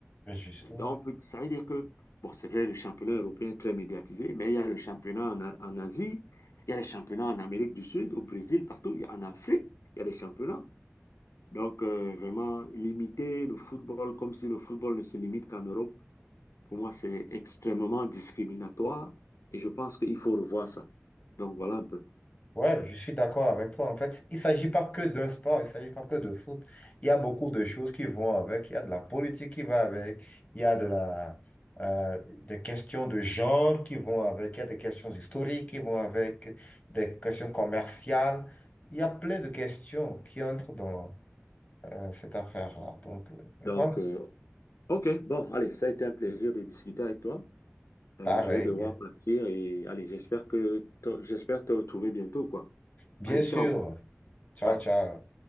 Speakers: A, on the left; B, on the left.
A: Mais Justement.
B: Donc, on peut- ça veut dire que, bon, c'est vrai, le championnat européen est très médiatisé, mais il y a le championnat en, A- en Asie, il y a les championnats en Amérique du Sud, au Brésil, partout, il y a- en Afrique, il y a des championnats. Donc, euh, vraiment, limiter le football comme si le football ne se limite qu'en Europe, pour moi, c'est extrêmement discriminatoire et je pense qu'il faut revoir ça. Donc, voilà un peu.
A: Ouais, je suis d'accord avec toi. En fait, il ne s'agit pas que d'un sport, il ne s'agit pas que de foot. Il y a beaucoup de choses qui vont avec. Il y a de la politique qui va avec. Il y a de la, euh, des questions de genre qui vont avec. Il y a des questions historiques qui vont avec. Des questions commerciales. Il y a plein de questions qui entrent dans euh, cette affaire-là. Donc, euh, mais
B: Donc,
A: bon,
B: euh, OK, bon, allez, ça a été un plaisir de discuter avec toi. Euh,
A: pareil.
B: je vais devoir partir et allez, j'espère que t'as- j'espère te retrouver bientôt, quoi.
A: Bien
B: Allez,
A: sûr.
B: ciao.
A: Ciao,
B: Ouais.
A: ciao.